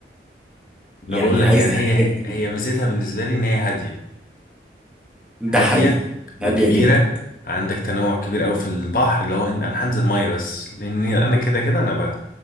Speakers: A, on the left; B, in the centre.
A: انا
B: يعني
A: بقول لك
B: عايز
A: يعني
B: حاجه
A: هي
B: جديده
A: هي ميزتها بالنسبه لي ان هي هاديه
B: ده
A: هادية
B: حقيقي
A: وكبيرة
B: هاديه جدا
A: عندك تنوع كبير قوي في البحر اللي هو إن انا هنزل مية بس لان انا كده كده انا بقى